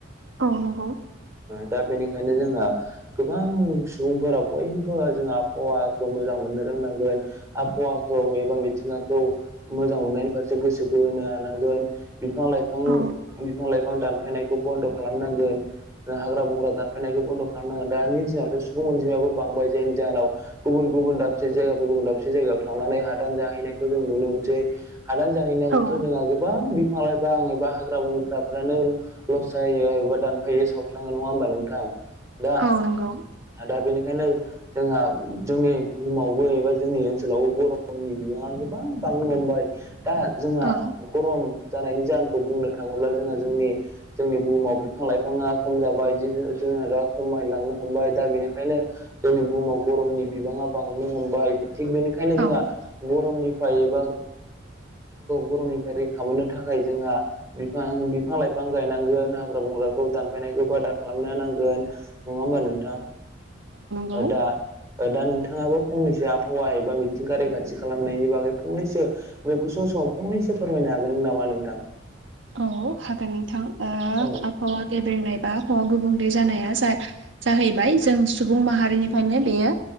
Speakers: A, on the right; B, on the right.
A: औ नंगौ।
B: दा बेनिखायनो जोंहा गोबां सुबुंफोरा बयबो जोंहा आबहावाखौ मोजां मोननो रोंनांगोन। आबहावाखौ एबा मिथिंगाखौ मोजां मोननायनि फारसे गोसो बोहोनो हानांगोन बिफां-लाइ बिफां
A: औ
B: बिफां-लाइफां दानफायनायखौ बन्द' खालामनांगोन। हाग्रा बंग्रा दानफायनायखौ बन्द' खालामनांगोन दानि दिनावथ' सुबुं अनजिमायाबो बांबाय जायनि जाहोनाव गुबुन गुबुन दाबसे जायगाफोर गुबुन दाबसे जायगायाव थांनानै हादान जाहैनायखौ जों नुनो मोनसै। हादान जाहैनायावथ'
A: औ
B: जोंहा गोबां बि बिफां लाइफां एबा हाग्रा बंग्राफोरानो लस जायो एबा दानफायो साव नोंथां नङा होमबा नोंथां दा
A: औ नंगौ
B: दा बेनिखायनो जोंहा जोंनि बुहुमावबो एबा जोंनि ओनसोलावबो गरमनि बिबाङा गोबां बांनो हमबाय दा जोंहा
A: औ
B: गरम जानायनि जाहोनखौ बुंनो थाङोब्ला जोंहा जोंनि जोंनि बुहुमाव बिफां लाइफाङा खम जाबाय जिब जुनारा खमायलांनो हमबाय दा बेनिखायनो जोंनि बुहुमाव गरमनि बिबाङा बांनो हमबाय थिग बेनिखायनो जोंहा
A: औ औ
B: गरमनिफ्राय एबा गरमनिफ्राय रैखा मोननो थाखाय जोंहा बिफां बिफां-लाइफां गायनांगोन हाग्रा बंग्राखौ दान फायनायखौबो बादा खालामनो नांगोन नङा होमबा नोंथां?
A: नंगौ औ
B: ओ दा दा नोंथाङाबो फंनैसो आबहावा एबा मिथिंगा रैखाथि खालामनायनि बागै फंनैसो <unintelligible> फंनैसो फोरमायनो हागोन नामा नोंथां?
A: औ हागोन नोंथां ओ
B: औ
A: आबहावा गेबेंनाय बा आबहावा गुबुंले जानाया जा जाहैबाय जों सुबुं माहारिनिफ्रायनो बेयो